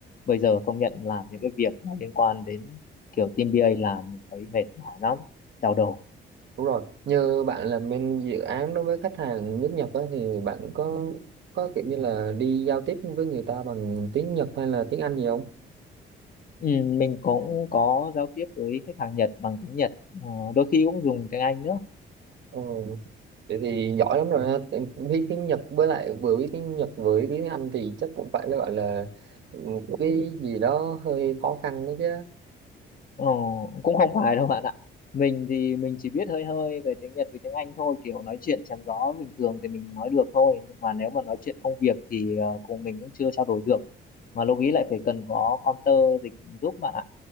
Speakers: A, on the left; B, on the right.
A: Bây giờ công nhận làm những cái việc mà liên quan đến kiểu team BA làm mình thấy mệt mỏi lắm, đau đầu.
B: Đúng rồi, như bạn làm bên dự án đối với khách hàng nước Nhật á, thì bạn có có kiểu như là đi giao tiếp với người ta bằng tiếng Nhật hay là tiếng Anh gì không?
A: Ừ, mình cũng có giao tiếp với khách hàng Nhật bằng tiếng Nhật ờ, đôi khi cũng dùng tiếng Anh nữa
B: Ờ, vậy thì giỏi lắm rồi ha. Tại Biết tiếng Nhật với lại vừa biết tiếng Nhật vừa biết tiếng Anh thì chắc cũng phải là gọi là ừ, cái gì đó hơi khó khăn đó chứ.
A: ờ, cũng không phải đâu bạn ạ mình thì mình chỉ biết hơi hơi về tiếng Nhật với tiếng Anh thôi kiểu nói chuyện chém gió bình thường thì mình nói được thôi nhưng mà nếu mà nói chuyện công việc thì ờ, cùng mình cũng chưa trao đổi được mà lúc ý lại phải cần có counter dịch giúp bạn ạ